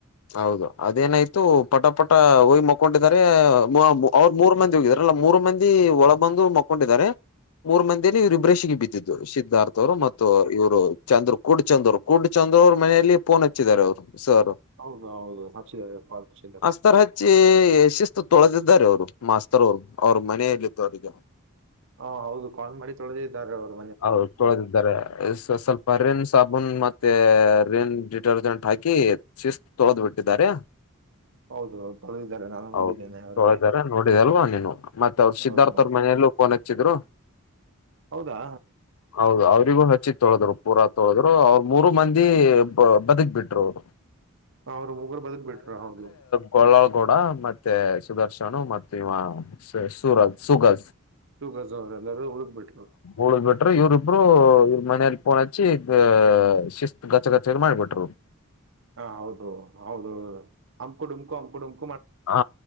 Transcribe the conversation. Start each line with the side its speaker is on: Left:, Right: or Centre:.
Left: ಹೌದು ಅದೇನಾಯ್ತು ಪಟ ಪಟ ಹೋಗಿ ಮಕೊಂಡಿದಿದ್ದಾರೆ ಮ ಅವ್ರು ಮೂರ್ ಮಂದಿ ಹೋಗಿದಾರಲ್ಲ ಮೂರು ಮಂದಿ. ದಿ ಒಳ ಬಂದು ಮಕ್ಕೊಂಡಿದ್ದಾರೆ ಮೂರ್ ಮಂದಿಯಲ್ಲಿ ಇವ್ರ ಇಬ್ಬ್ರೇ ಸಿಗಿ ಬಿದ್ದಿದ್ದು ಸಿದ್ಧಾರ್ಥ. ತೌರು ಮತ್ತೊ ಅ ಇವ್ರು ಚಂದ್ರು ಕೂಡ್ ಚಂದ್ರು ಕೂರ್ಡ್ ಚಂದ್ರ್ ಅವ್ರ ಮನೆಯಲ್ಲಿ ಫೋನ್ ಹಚ್ಚಿದ್ದಾರೆ ಅವ್ರು ಸರ್.
Right: ಹೌದ ಹೌದು ಹಚ್ಚಿದ್ದಾರೆ ಪಾ ಹಚ್ಚಿದ್ದಾರೆ.
Left: ತರ ಹಚ್ಚಿ ಶಿಸ್ತು ತೊಳೆದಿದ್ದಾರೆ ಅವ್ರು ಮಾಸ್ತರ್ ಅವ್ರು ಅವ್ರ ಮನೆಯಲ್ಲಿದ್ದೋರಿಗ್.
Right: ಹಾ ಹೌದು ಕಾಲ್ ಮಾಡಿ ತೊಳಿದಿದ್ದಾರೆ ಅವ್ರು.
Left: ಹೌದು ತೋಳಿ ದಾರೆ ಇದ ಸ್ವಲ್ಪ ರಿನ್ ಸಾಬೂನ್ ಮತ್ತೆ ರಿನ್ ಡಿಟರ್ಜೆಂಟ್ ಹಾಕಿ ಶಿಸ್ತ ತೋಳದಬಿಟ್ಟಿದಾರೆ.
Right: ಹೌದು ಹೌದು, ತೊಳೆದಿದ್ದಾರೆ ನಾನು
Left: ಹೌದು
Right: ನೋಡಿದ್ದೇನೆ ಅವರಿಗೆ
Left: ತೊಳದಾರೆ ನೋಡಿದಲ್ವಾ ನೀನು ಮತ್ತ ಅವ್ರ ಸಿದ್ಧಾರ್ಥ
Right: ಹೌದು ಹೌದು.
Left: ಅವ್ರ ಮನೆಯಲ್ಲೂ ಫೋನ್ ಹಚ್ಚಿದ್ರು.
Right: ಹೌದಾ.
Left: ಹೌದು ಅವ್ರಿಗೂ ಹಚ್ಚಿ ತೊಳದ್ರು ಪೂರಾ ತೊಳದ್ರು ಅವ್ರ ಮೂರು ಮಂದಿ ಬ ಬದುಕ್ ಬಿಟ್ರು ಅವ್ರು.
Right: ಅವ್ರರು ಮುಗೊರು ಬದುಕ್ ಬಿಟ್ರು ಹೌದು.
Left: ಕೊಳ್ಳಳ್ಗೌಡ ಮತ್ತೆ ಸುದರ್ಶನು ಮತ್ತ ಇವ ಸೂರಜ ಸುಗಜ.
Right: ಸುಗಜ್ ಅವ್ರ ಎಲ್ಲಾರೂ ಉಳದ ಬಿಟ್ರು.
Left: ಉಳದ ಬಿಟ್ರು ಇವ್ರ ಇಬ್ರು ಇವ್ರ ಮನೇಲ ಪೋನ್ ಹಚ್ಚಿ ಇದ್ದ ಶಿಸ್ತ್ ಗಚ್ಚಗಚ್ಚ ಮಾಡಿಬಿಟ್ರು.
Right: ಹ ಹೌದು ಹೌದು ಅಂಕು ಡುಮ್ಕು ಅಂಕುಡುಮಕು.
Left: ಹಾ